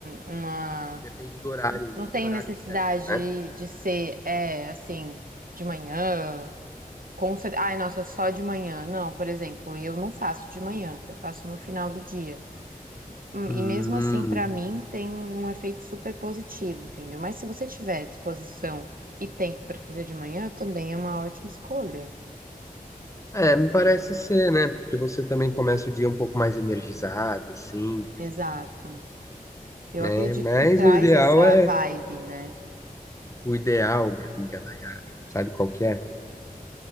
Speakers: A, on the right; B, on the left.
A: uma,
B: Independe do horário,
A: não
B: não tem
A: tem
B: horário
A: necessidade
B: certo, né?
A: de ser, é, assim, de manhã. Com cer- Ai, nossa, só de manhã. Não, por exemplo, eu não faço de manhã, eu faço no final do dia. Hum,
B: Hum.
A: E mesmo assim, pra mim, tem um efeito super positivo, entendeu? Mas se você tiver disposição e tempo pra fazer de manhã, também é uma ótima escolha.
B: É, me parece ser, né? Porque você também começa o dia um pouco mais energizado, assim,
A: Exato. Eu
B: né?
A: acredito
B: Mas
A: que traz
B: o ideal
A: essa
B: é,
A: vibe, né?
B: o ideal, minha amiga Nayara, sabe qual que é?